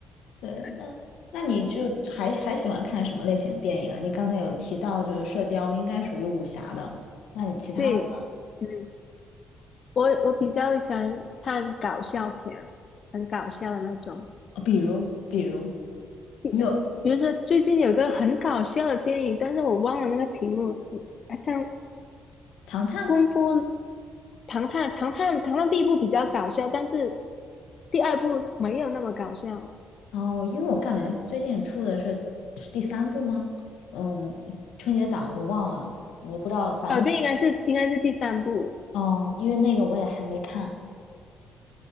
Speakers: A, on the left; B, on the left.
A: 对，
B: 对
A: 那那你就还还喜欢看什么类型的电影啊？你刚才有提到就是《射雕》应该属于武侠的，那你其他的呢？
B: 对，嗯，我我比较喜欢看搞笑片，很搞笑的那种。
A: 呃比如比如
B: 比比如说最近有个很搞笑的电影，
A: 你有
B: 但是我忘了那个题目，嗯像
A: 《唐探》吗？
B: 《功夫》《唐探》《唐探》《唐探》第一部比较搞笑，但是第二部没有那么搞笑。
A: 哦，因为我感觉最近出的是是第三部吗？嗯，春节档我忘了，我不知道，反正
B: 呃，对，应该是应该是第三部。
A: 哦，因为那个我也还没看